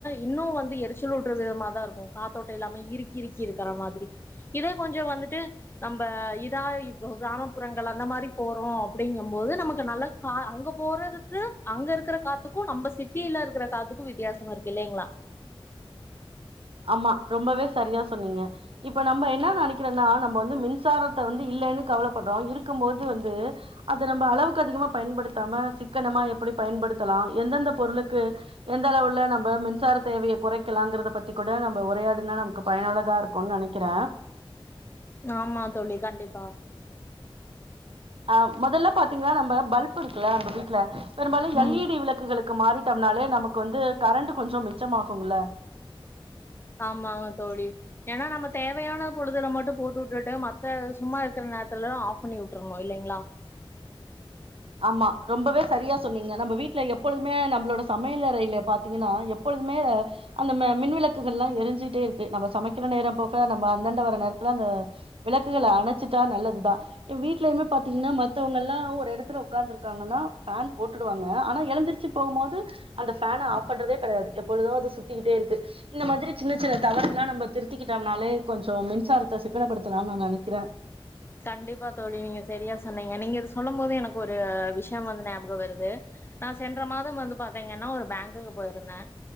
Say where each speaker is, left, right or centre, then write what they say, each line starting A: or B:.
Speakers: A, on the left; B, on the right.
A: இன்னோ வந்து எரிச்சல்லூட்டுற விதமாதா இருக்கோ காத்தோட்ட இல்லாம இறுக்கி இறுக்கி இருக் இருக்கிற மாதிரி இதே கொஞ்சோ வந்துட்டு நம்ம இதா இ கிராமப்புறங்கள் அந்த மாதிரி போறோ அப்படிங்கும் போது நமக்கு நல்ல கா அங்க போறதுக்கு அங்க இருக்குற காத்துக்கு நம்ம சிட்டியில இருக்கிற காத்துக்கு வித்தியாசமா இருக்கு இல்லைங்களா
B: ஆமா ரொம்பவே சரியா சொன்னீங்க இப்ப நம்ம என்ன நெனைக்கிறோனா நம்ம வ மின்சாரத்தை வந்து இல்லன்னு கவலைப்படுறோம் இருக்கும் போது வந்து அத நம்ம அளவுக்கு அதிகமா பயன்படுத்தாம சிக்கனமா எப்படி பயன்படுத்தலாம் எந்தெந்த பொருக்கு எந்த அளவுல நம்ம மின்சார தேவைய குறைக்கலாம்ங்கறபத் தி கூட நம்ம உரையாடுனா நமக்கு பயனுள்ளதா இருக்கோனு நெனைக்குறே
A: ஆமா தோழி கண்டிப்பா
B: அ முதல்ல பாத்தீங்கன்னா நம்ம பல்பு இருக்குல நம்ம வீட்டுல பெரும்பாலோ
A: ம்
B: எல் இ டி விளக்குகளுக் க்கு மாறிட்டோம்னாலே நமக்கு வந்து கரண்ட் கொஞ்சோ மிச்சமாகும்ல
A: ஆமாங்க தோழி ஏன்னா நம்ம தேவையான பொழுதுர மட்டும் போட்டு விட்டுட்டு மத்த சும்மா இருக்குற நேரத்துலல்லா ஆஃப் பண்ணி விட்ரணோ இல்லைங்களா
B: ஆமா ரொம்பவே சரியா சொன்னீங்க நம்ம வீட்ல எப்பொழுதுமே நம்மளோட சமையல் அறையில பாத்தீங்கன்னா எப்பொழுதுமே அந்த ம மின் விளக்குகள்லா எரிஞ்சிட்டே இருக்கு நம்ம சமைக்கிற நேரம் போக நம்ம அந்தாண்ட வர்ர நேரத்துல அந்த விளக்குகள அணச்சுட்டா நல்லதுதா வீட்லயுமே பாத்தீங்கன்னா மத்தவங்கலா ஒரு எடத்துல உக் உக்காந்துருக்காங்கன்னா ஃபேன் போட்டுடுவாங்க ஆனா எழுந்திரச்சு போகும்போது அந்த ஃபேன ஆப் பண்றதே கெடையாது எப்பொழுது அது சுத்திக்கிட்டே இருக்கு இந்த மாதிரி சின்ன சின்ன தவறுகளெல்லா நம்ம திருத்திக்கிட்டோம்னாலே கொஞ்சோ மின்சாரத்த சிக்கனப்படுத்தலானு நா நெனைக்கிறே
A: கண்டிப்பா தோழி நீங்க சரியா சொன்னீங்க நீங்க இது சொல்லும்போது எனக்கு ஒரு விஷ்ய வந்து ஞாபக வருது நா சென்ற மாத வந்து பாத்தீங்கன்னா ஒரு பேங்க்குக்கு போயிருந்தே